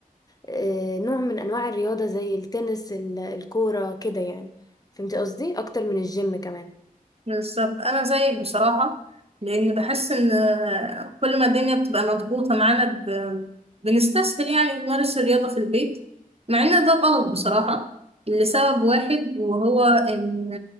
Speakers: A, on the left; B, on the right.
A: آه، نوع من انواع الرياضه زي التنس ال- الكوره كده يعني فهمتي قصدي اكتر من الجيم كمان
B: بالظبط انا زيك بصراحه لان بحس ان كل ما الدنيا بتبقى مضغوطه معانا ب... بنستسهل يعني نمارس الرياضه في البيت مع ان ده غلط بصراحه لسبب واحد وهو ان